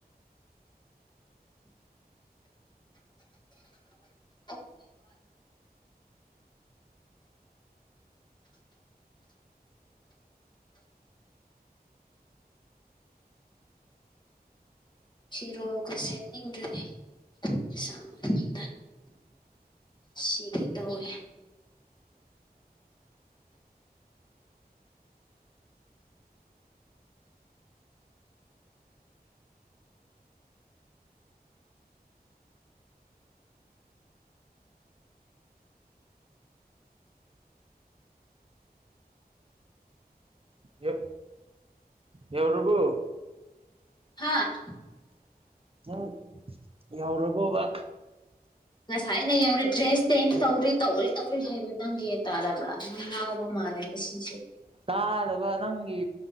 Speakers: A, on the left (about 25°); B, on the right (about 35°).
A: ꯣ ꯁꯤꯔꯣꯒ ꯁꯦꯝꯦꯠꯅꯤꯡꯗꯔꯤꯅꯦꯗꯅ ꯁꯤꯔꯤ ꯇꯋꯋꯦ
B: ꯌ ꯌꯎ꯭ꯔꯕꯨ
A: ꯍꯥꯥ
B: ꯎꯝ ꯌꯥꯎꯔꯔꯕꯣꯕ
A: ꯉꯁꯥꯏꯩꯅ ꯌꯧꯔꯤ ꯗ꯭ꯔꯦꯁ ꯆꯦꯟꯖ ꯇꯧꯔꯤ ꯇꯧꯔꯤ ꯇꯧꯔꯤ ꯍꯥꯏꯕ ꯅꯪꯒꯤꯦ ꯇꯥꯔꯕ꯭ꯔꯥ ꯅꯪ ꯂꯥꯎꯕ ꯃꯥꯜꯂꯦ ꯉꯁꯤꯁꯦ
B: ꯇꯥꯗꯕ ꯅꯪꯒꯤ